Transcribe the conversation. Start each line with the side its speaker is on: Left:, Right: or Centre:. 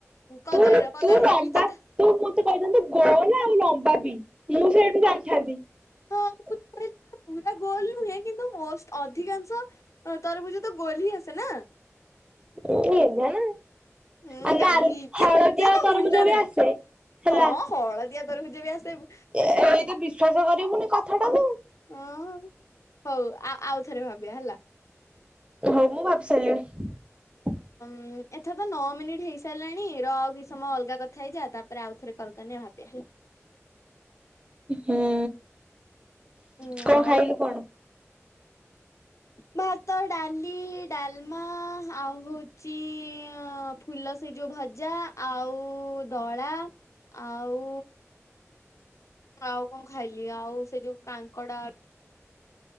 Left: କଦଳୀର
Right: ତୁ ତୁ
Left: କଦଳୀ
Right: ଲମ୍ବା
Left: ଭିତର ଟା
Right: ତୁ ମତେ କହିଥାନ୍ତୁ ଗୋଲ ନା ଆଉ ଲମ୍ବା ବି ମୁଁ ସେଇଠୁ ଜାଣିଥାନ୍ତି। <inaudible>
Left: ହଁ ମୁଁ ତ କହିଲି ପୁରା ଗୋଲ ନୁହେଁ କିନ୍ତୁ ମୋଷ୍ଟ ଅଧିକାଂଶ ତରଭୁଜ ତ ଗୋଲ ହିଁ ଆସେ ନା।
Right: ଏଇ <unintelligible> ନା।
Left: ହୁଁ
Right: ଆ ତାର
Left: ନିଜେ
Right: ହଳଦିଆ
Left: ନିଜେ ତ
Right: ତରଭୁଜ
Left: ମୁଣ୍ଡ
Right: ବି
Left: ନାହିଁ
Right: ଆସେ ହେଲା।
Left: ହଁ ହଳଦିଆ ତ ର ଭୁଜ ବି ଆସିବୁ।
Right: ଏ ଏଇତ ବିଶ୍ଵାସ କରିବୁନି କଥାଟାକୁ।
Left: ହଁ ହଉ ଆ ଆଉଥରେ ଭାବିବା ହେଲା।
Right: ହଉ ମୁଁ ଭାବିସାରିଲିଣୀ।
Left: ହଁ ଏଥର ତ ନଅ ମିନିଟ୍ ହେଇସାରିଲାଣି ର ଆଉ କି ସମୟ ଅଲଗା କଥା ହେଇଯା ତାପରେ ଆଉଥ କଲ କରିନି ଭାବିବା ହେଲା।
Right: ହୁଁ
Left: ଉଁ
Right: କଣ
Left: ଆଉ
Right: ଖାଇଲୁ କଣ?
Left: ଭାତ ଡାଲି ଡାଲମା ଆଉ ହଉଚି ଅ ଫୁଲ ସେଇ ଯୋଉ ଭଜା ଆଉ ଦଳା। ଆଉ ଆଉ କଣ ଖାଇଲି ଆଉ ସେ ଯୋଉ କାଙ୍କଡା ଆ